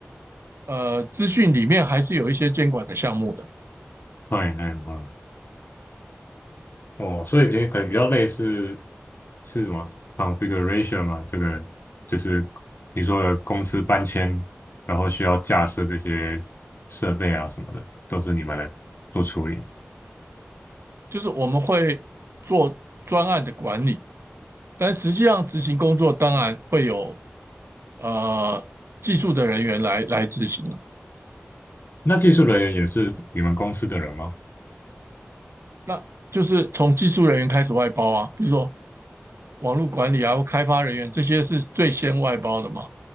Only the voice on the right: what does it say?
呃资讯里面还是有一些监管的项目的，
就是我们会做专案的管理。但实际上执行工作当然会有呃技术的人员来来执行了，
那就是从技术人员开始外包啊，比如说网络管理啊、开发人员这些是最先外包的嘛。